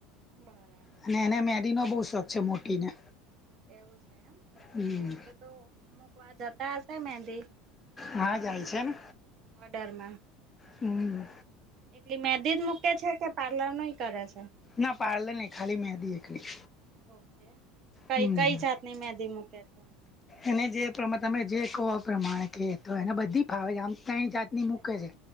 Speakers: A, on the right; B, on the left.
A: બરાબ
B: અને એને મેદીનો બહુ શોખ છે મોટીને.
A: એવું છે એમ.
B: હમ
A: ઓહ તો-તો મૂકવા જતા હશે મેદી
B: હા જાય છે ને.
A: ઓર્ડરમાં.
B: હમ્મ.
A: એટલે મેદી જ મૂકે છે કે પાર્લર નુંય કરે છે?
B: ના પાર્લર નહીં, ખાલી મેદી એકલી.
A: ઓકે. કંઈ-કંઈ
B: હમ
A: જાતની મેદી મૂકે છે?
B: એને જે પ્રમા તમે જે કહો એ પ્રમાણે કહે તો એને બધી ફાવે છે આમ તઈન જાતની
A: એટલે
B: મૂકે છે.